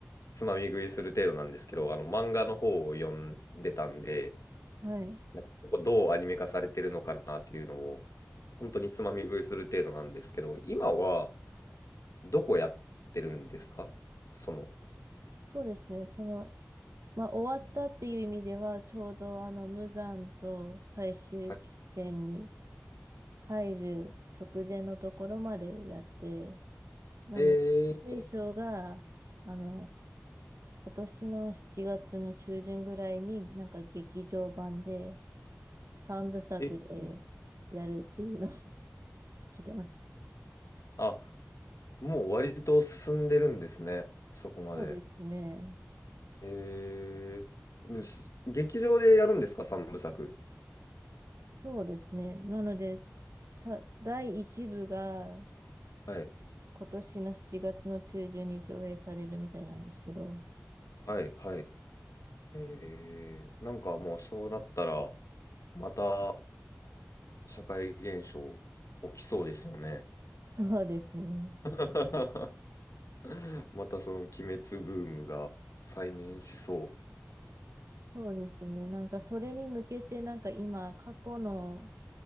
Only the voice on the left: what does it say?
つまみ食いする程度なんですけど、あの、漫画の方を読んでたんで、
なんかここどうアニメ化されてるのかなっていうのを、本当につまみ食いする程度なんですけど、今はどこやってるんですかその。
あ
え
ー、え
あ、もう割と進んでるんですね、そこまで。
えー、です劇場でやるんですか、三部作。
はい、
はい、はい。えー、なんかもうそうなったら、また社会現象起きそうですよね。
<laughs> <laughs> またその鬼滅ブームが再燃しそう。